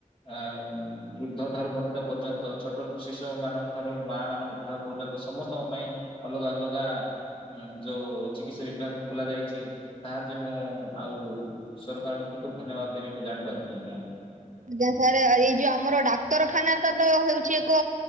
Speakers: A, on the left; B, on the right.
A: ଅ ବୁଦ୍ଧ ଠାରୁ ବନିତା ପର୍ଯ୍ୟନ୍ତ ଛୋଟ ଶିଶୁ ମାନଙ୍କ ଠାରୁ ମା ମାନଙ୍କ ଠାରୁ ନ୍ତ ସମସ୍ତଙ୍କ ପାଇଁ ଅଲଗା ଅଲଗା ଯୋଉ ଚିକିତ୍ସା ବିଭାଗ ଖୋଲା ଯାଇଛି ତାହା ଯେ ମୁଁ ଆଉ ସରକାରଙ୍କୁ କିପରି ଧନ୍ୟବାଦ ଦେବି ମୁଁ ଜାଣିପାରୁନି ଆଜ୍ଞା।
B: ଆଜ୍ଞା ସାର୍ ଏଇ ଯୋଉ ଆମର ଡାକ୍ତରଖାନା ତ ତ ହଉଛି ଏକ